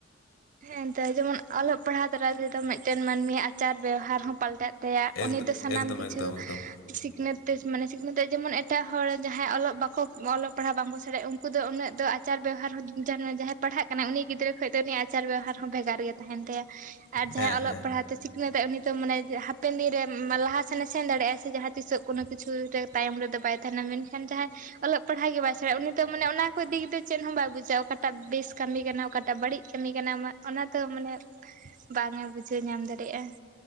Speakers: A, on the right (about 40°); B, on the left (about 80°).
A: ᱦᱮᱸ ᱫᱚ ᱡᱮᱢᱚᱱ ᱚᱞᱚᱜ ᱯᱟᱲᱦᱟᱣ ᱫᱟᱨᱟᱭ ᱛᱮᱫᱚ ᱢᱤᱫᱴᱮᱱ ᱢᱟᱹᱱᱢᱤᱭᱟᱜ ᱟᱪᱟᱨ ᱵᱮᱣᱦᱟᱨ ᱦᱚᱸ ᱯᱟᱞᱴᱟᱜ ᱛᱟᱭᱟ,
B: ᱮᱠᱫᱚᱢ
A: ᱩᱱᱤ ᱫᱚ ᱥᱟᱱᱟᱢ
B: ᱮᱠᱫᱚᱢ
A: ᱠᱤᱪᱷᱩ
B: ᱮᱠᱫᱚᱢ ᱮᱠᱫᱚᱢ
A: ᱥᱤᱠᱷᱱᱟᱹᱛ ᱢᱟᱱᱮ ᱥᱤᱠᱷᱱᱟᱹᱛ ᱡᱮᱢᱚᱱ ᱮᱴᱟᱜ ᱦᱚᱲ ᱡᱟᱦᱟᱸᱭ ᱚᱞᱚᱜ ᱵᱟᱠᱚ ᱚᱞᱚᱜ ᱯᱟᱲᱦᱟᱜ ᱵᱟᱝᱠᱚ ᱥᱮᱬᱟᱭᱼᱟ, ᱩᱱᱠᱩ ᱫᱚ ᱩᱱᱟᱹᱜ ᱫᱚ ᱟᱪᱟᱨ ᱵᱮᱵᱦᱟᱨ ᱡᱟᱦᱟᱸᱭ ᱯᱟᱲᱦᱟᱜ ᱠᱟᱱᱟᱭ ᱩᱱᱤ ᱜᱤᱫᱽᱨᱟᱹ ᱠᱷᱚᱱ ᱫᱚ ᱟᱪᱟᱨ ᱵᱮᱵᱦᱟᱨ ᱦᱚᱸ ᱵᱷᱮᱜᱟᱨ ᱜᱮ ᱛᱟᱦᱮᱱ ᱛᱟᱭᱟ, ᱟᱨ ᱡᱟᱦᱟᱸᱭ
B: ᱦᱮᱸ
A: ᱚᱞᱚᱜ
B: ᱦᱮᱸ
A: ᱯᱟᱲᱦᱟᱜ ᱛᱚ ᱥᱤᱠᱷᱱᱟᱹᱛ ᱩᱱᱤ ᱛᱚ ᱢᱟᱱᱮ ᱦᱟᱯᱮᱱ ᱫᱤᱱ ᱨᱮ ᱞᱟᱦᱟᱥᱮᱱᱮ ᱥᱮᱱ ᱫᱟᱲᱮᱭᱟᱜᱟᱭ ᱥᱮ ᱡᱟᱦᱟᱸ ᱛᱤᱥ ᱠᱳᱱᱳ ᱠᱤᱪᱷᱩ ᱨᱮ ᱛᱟᱭᱚᱢ ᱨᱮᱫᱚ ᱵᱟᱭ ᱛᱟᱦᱮᱱᱟ, ᱢᱮᱱᱠᱷᱟᱱ ᱡᱟᱦᱟᱸᱭ ᱚᱞᱚᱜ ᱯᱟᱲᱦᱟᱜ ᱜᱮ ᱵᱟᱭ ᱛᱚ ᱩᱱᱤ ᱫᱚᱚᱴ ᱢᱟᱱᱮ ᱚᱱᱟ ᱠᱚ ᱫᱤᱠ ᱫᱚ ᱪᱮᱫ ᱦᱚᱸ ᱵᱟᱭ ᱵᱩᱡᱟ ᱚᱠᱟᱴᱟᱜ ᱵᱮᱥ ᱠᱟᱹᱢᱤ ᱠᱟᱱᱟ ᱚᱠᱟᱴᱟᱜ ᱵᱟᱹᱲᱤᱡ ᱠᱟᱹᱢᱤ ᱠᱟᱱᱟᱢᱟ ᱚᱱᱟ ᱫᱚ ᱢᱟᱱᱮ ᱵᱟᱝ ᱮ ᱵᱩᱡᱷᱟᱹᱣ ᱧᱟᱢ ᱫᱟᱲᱮᱭᱟᱜᱼᱟ᱾